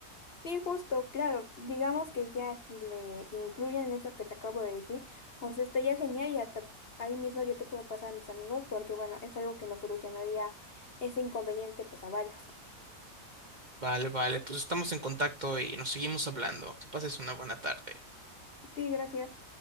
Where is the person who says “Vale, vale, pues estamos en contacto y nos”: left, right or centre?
Right